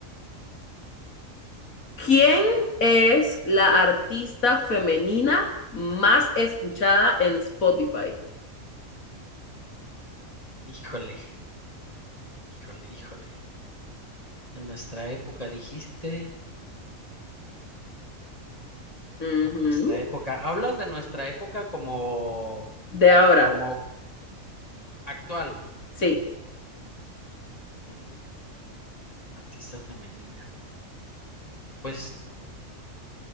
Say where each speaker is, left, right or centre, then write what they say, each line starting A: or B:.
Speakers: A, on the left; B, on the left.
A: ¿Quién es la artista femenina más escuchada en Spotify?
B: híjole, híjole, híjole. De nuestra época dijiste,
A: Ujú.
B: de nuestra época. Hablas de nuestra época como,
A: De ahora,
B: como actual.
A: sí.
B: Mm, artista femenina. Pues